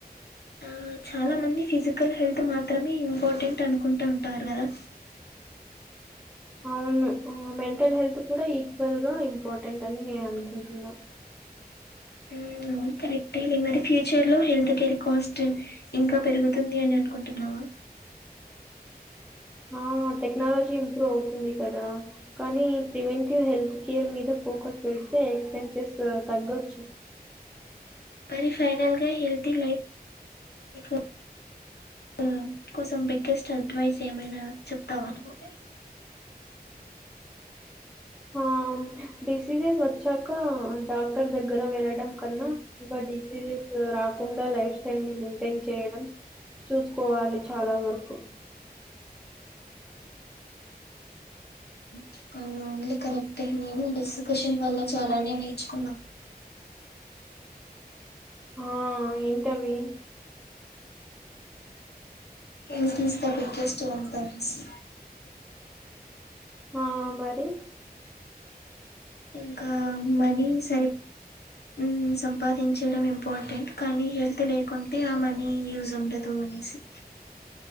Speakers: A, on the left; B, in the centre.
A: ఆ చాలా మంది ఫిజికల్ హెల్త్ మాత్రమే ఇంపార్టెంట్ అనుకుంటు ఉంటారు కదా
B: అవును మెంటల్ హెల్త్ కూడా ఈక్వల్ గా ఇంపార్టెంట్ అని నేను అనుకుంటున్నా
A: ఉమ్ అవును కరెక్టే లే మరి ఫ్యూచర్ లో హెల్త్ కేర్ కాస్ట్ ఇంకా పెరుగుతుంది అని అనుకుంటున్నావా
B: ఆ టెక్నాలజీ ఇంప్రూవ్ అవుతుంది కదా కానీ ప్రివెంటివ్ హెల్త్ కేర్ మీద ఫోకస్ పెడితే ఎక్స్పెన్సెస్ తగ్గచ్చు
A: మరి ఫైనల్గా హెల్తీ లై <unintelligible> ఊ కోసం బిగ్గెస్ట్ అడ్వైజ్ ఏమైనా చెప్తావా నువ్వు
B: ఆ డిసీసెస్ వచ్చాక డాక్టర్ దగ్గర వెళ్ళడం కన్నా ఇంకా డిసీజెస్ రాకుండా లైఫ్ స్టైల్ ని మెయింటైన్ చేయడంలో చూసుకోవాలి చాలా వరకూ
A: <inaudible> కరెక్టే నేను ఈ డిస్కషన్ వల్ల చాలానే నేర్చుకున్నా
B: ఆ ఏంటవి
A: health is the biggest wealth అనేసి
B: ఆ మరి
A: ఇంకా మనీ సరి ఉమ్ సంపాదించడం ఇంపార్టెంట్ కానీ హెల్త్ లేకుంటే ఆ మనీ యూజ్ ఉండ తు అనేసి